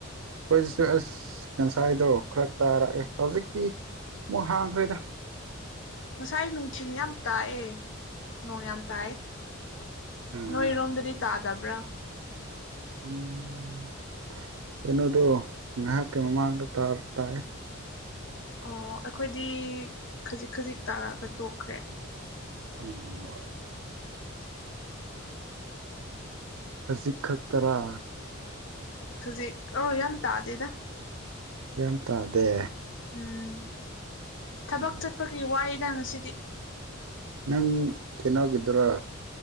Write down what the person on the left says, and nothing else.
ꯉꯁꯥꯏ ꯅꯨꯡꯊꯤꯟ ꯌꯥꯝ ꯇꯥꯏꯑꯦ ꯅꯣꯡ ꯌꯥꯝ ꯇꯥꯏ
ꯅꯣꯏꯔꯣꯝꯗꯗꯤ ꯇꯥꯗꯕ꯭ꯔꯥ
ꯑꯣ ꯑꯩꯈꯣꯏꯗꯤ ꯈꯖꯤꯛ ꯈꯖꯤꯛ ꯇꯥꯔꯛꯑꯒ ꯇꯣꯛꯈ꯭ꯔꯦ
ꯈꯖꯤꯛ ꯑ ꯌꯥꯝ ꯇꯥꯗꯦꯗ
ꯎꯝ ꯊꯕꯛ
ꯆꯠꯄꯒꯤ ꯋꯥꯏꯗ ꯉꯁꯤꯗꯤ